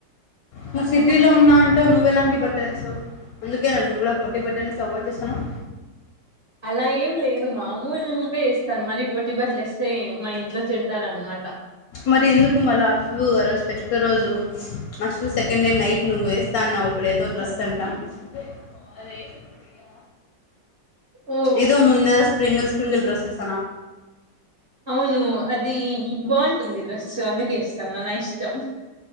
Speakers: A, on the left (about 70°); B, on the right (about 40°).
A: నువ్వు సిటీలో ఉన్నా అంటావ్ నువ్వు ఎలాంటి బట్టలేస్తవు అందుకే నువ్వు కూడా పోట్టి బట్టలని సపోర్ట్ చేస్తానవ్
B: అలా ఏం లేదు మామూలు వేస్తాను మరి పొట్టిబాట్టలు వేస్ స్తే మా ఇంట్లో తిడతారునమాట
A: మరి ఎందుకు మళ్ళా అషు ఆ రోజు ఫెస్ట్ రోజు మస్తురు సెకండ్ డే నైట్ నువ్వు వేస్తా అన్నావ్ ఇప్పుడు ఏదో డ్రెస్ అంట కాదే వేసుడుకూడా వేయరా
B: ఓ
A: ఇదో ముంద స్ప్రింగల్ స్ప్రింగల్ డ్రెస్సెస్
B: అవును అది బాగుంటుంది డ్రెస్సు అందుకే ఎస్తానా నా ఇష్ ష్టం